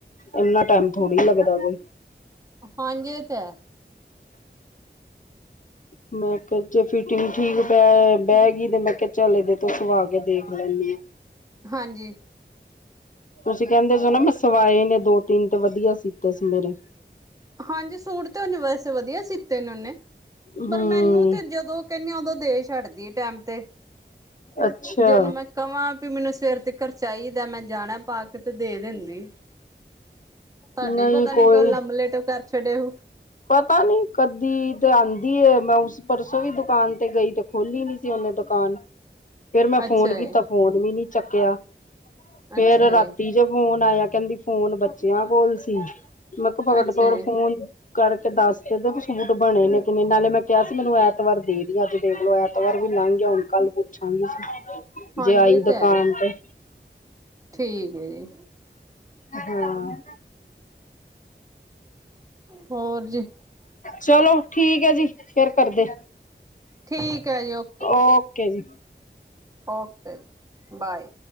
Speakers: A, on the left (about 45°); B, on the right (about 20°).
A: ਇਨਾ ਟੈਮ ਥੋੜ੍ਹੀ ਲੱਗਦਾ ਵਾ।
B: ਹਾਂਜੀ, ਏ ਤੇ ਹੈ।
A: ਮੈਂ ਕਿਹਾ, ਜੇ ਫਿਟਿੰਗ ਠੀਕ ਪੈ ਬਹਿ ਗਈ ਤੇ ਮੈਂ ਕਿਹਾ ਚਲ ਇਦੇ ਤੋਂ ਸੁਵਾ ਕੇ ਦੇਖ ਲੈਂਨੇ ਆ।
B: ਹਾਂਜੀ।
A: ਤੁਸੀਂ ਕਹਿੰਦੇ ਜੇ ਨਾ ਮੈਂ ਸਵਾਏ ਨੇ ਦੋ ਤਿੰਨ ਤੇ ਵਧੀਆ ਸੀਤੇ ਸੀ ਮੇਰੇ
B: ਹਾਂਜੀ, ਸੂਟ ਤੇ ਉਹਨੂੰ ਵੈਸੇ ਵਧੀਆ ਸੀਤੇ ਨੇ ਓਨੇ।
A: ਹੂੰ,
B: ਪਰ ਮੈਨੂੰ ਤੇ ਜਦੋਂ ਕਹਿੰਨੀ ਆ ਉਦੋਂ ਦੇ ਛੱਡਦੀ ਟੈਮ ਤੇ
A: ਅੱਛਾ।
B: ਜੇ ਉਹਨੂੰ ਮੈਂ ਕਵਾਂ ਪੀ, ਮੈਨੂੰ ਸਵੇਰ ਤੀਕਰ ਚਾਈਦਾ, ਮੈਂ ਜਾਣਾ ਪਾ ਕੇ ਤੇ ਦੇ ਦਿੰਦੀ। ਤੁਹਾਡੇ
A: ਨਹੀਂ
B: ਪਤਾ ਨੀ
A: ਕੋਈ
B: ਕਿਉਂ ਲੰਮ-ਲੇਟ ਕਰ ਛੱਡੇ ਉਹ।
A: ਪਤਾ ਨੀ ਕਦੀ ਤੇ ਆਂਦੀ ਏ, ਮੈਂ ਉਸ ਪਰਸੋਂ ਵੀ ਦੁਕਾਨ ਤੇ ਗਈ ਤੇ। ਖੋਲੀ ਨੀ ਸੀ ਉਹਨੇ ਦੁਕਾਨ। ਫੇਰ ਮੈਂ
B: ਅੱਛਾ
A: ਫੋਨ ਕੀਤਾ
B: ਜੀ।
A: ਫੋਨ ਵੀ ਨੀ ਚੱਕਿਆ, ਫੇਰ
B: ਅੱਛਾ
A: ਰਾਤੀ।
B: ਜੀ,
A: ਜੇ ਫੋਨ ਆਇਆ ਕਹਿੰਦੀ ਫੋਨ ਬੱਚਿਆਂ ਕੋਲ ਸੀ ਮੈਂ ਕਿਆ ਫਕੜ
B: ਅੱਛਾ
A: ਤੋੜ
B: ਜੀ,
A: ਫੋਨ <unintelligible> ਕਰਕੇ ਦੱਸ ਤੇ ਦਓ ਕਿ ਸੂਟ ਬਣੇ ਨੇ ਕਿ ਨਈੰ ਨਾਲੇ ਮੈਂ ਕਿਹਾ ਸੀ ਮੈਨੂੰ ਐਤਵਾਰ ਦੇ ਦੀ, ਅੱਜ ਦੇਖਲੋ ਐ ਐਤਵਾਰ ਵੀ ਲੰਘ ਗਿਆ, ਹੁਣ ਕੱਲ ਪੁੱਛਾਂਗੀ,
B: ਹਾਂਜੀ
A: ਜੇ ਆਈ
B: ਇਹ
A: ਦੁਕਾਨ
B: ਤਾਂ ਹੈ।
A: ਤੇ।
B: ਠੀਕ ਐ ਜੀ।
A: ਹਾਂ।
B: <inaudible> ਹੋਰ ਜੀ।
A: ਚਲੋ ਠੀਕ ਐ ਜੀ, ਫੇਰ ਕਰਦੇ
B: ਠੀਕ ਹੈ ਜੀ ਓਕੇ,
A: ਓ। ਓਕੇ ਜੀ।
B: Okay, bye.